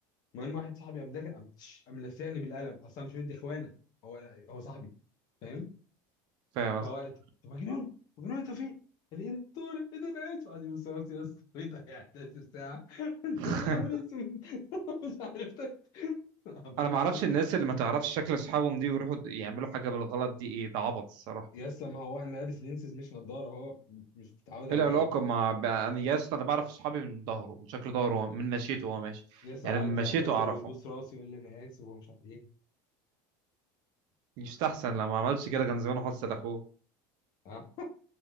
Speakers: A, on the left; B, on the right.
A: المهم واحد صاحبي قام داخل قام تش- قام لسعني بالقلم اصلا مش مدي اخوانا هو هو صاحبي فاهم
B: <laughs> فاهم يا
A: فهو
B: اسطى.
A: قال، طب مجنون مجنون انت فين؟ قال لي ايه ده؟ طارق ايه ده انا اسف قعد يبص راسي يا اسطى <laughs> ايه ده يعني 11 ساعه <laughs>
B: <laughs>
A: يا نهار اسود <laughs> مش عارف ده. فاهم
B: انا ما
A: عارف
B: اعرفش الناس اللي ما تعرفش شكل اصحابهم دي ويروحوا د- يعملوا حاجه بالغلط دي ايه ده عبط الصراحه
A: يا اسطى ما هو انا لابس لينسز مش نضاره هو م- مش متعود عليا
B: ايه العلاقه مع ب- انا يا اسطى انا بعرف اصحابي من ظهره من شكل ظهره من مشيته وهو ماشي
A: يا اسطى
B: يعني
A: قعد
B: من
A: يعتذر
B: مشيته اعرفهم
A: ويبص راسي ويقول لي انا اسف ومش عارف ايه
B: يستحسن لو ما عملتش كده كان زمانه حصل اخوه
A: ها